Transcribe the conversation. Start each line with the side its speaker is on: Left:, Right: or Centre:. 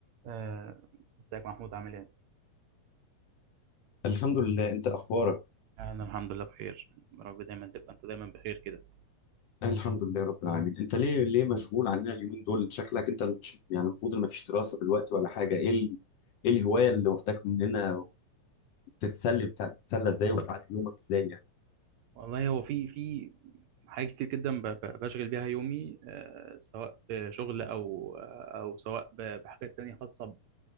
Right: آه، ازيك محمود عامل ايه؟
Left: الحمد لله انت اخبارك
Right: انا الحمد لله بخير يا رب دايما تبقى انت دايما بخير كده
Left: أنا الحمد لله رب العالمين انت ليه ليه مشغول عننا اليومين دول شكلك انت مش يعني المفروض ان مفيش دراسة دلوقتي ولا حاجة ايه ال... ايه الهواية اللي واخداك مننا بتتسلى بتاع... بتتسلى ازاي وبتعدي يومك ازاي يعني
Right: والله هو في في حاجات كتير جدا ب- ب- بشغل بيها يومي آه، سواء بشغل او آه، او سواء ب- بحاجات تانية خاصة ب-